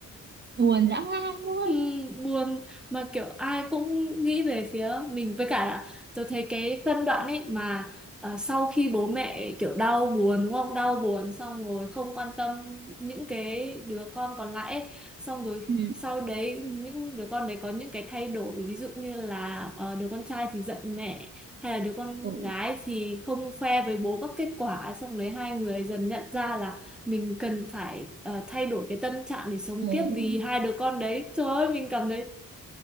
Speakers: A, on the right (about 35°); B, in the centre.
A: buồn dã man luôn
B: Ừ, buồn mà kiểu ai cũng nghĩ về phía mình với cả là tôi thấy cái phân đoạn ấy mà ờ, sau khi bố mẹ kiểu đau buồn đúng không đau buồn xong rồi không quan tâm những cái đứa con còn lại ấy. xong rồi
A: ừ
B: sau đấy những đứa con đấy có những cái thay đổi ví dụ như là ờ, đứa con trai thì giận mẹ hay là đứa con
A: ồ
B: gái thì không khoe với bố các kết quả xong đấy hai người dần nhận ra là mình cần phải ờ, thay đổi cái tâm trạng để sống
A: ồ
B: tiếp vì hai đứa con đấy trời ơi mình cảm thấy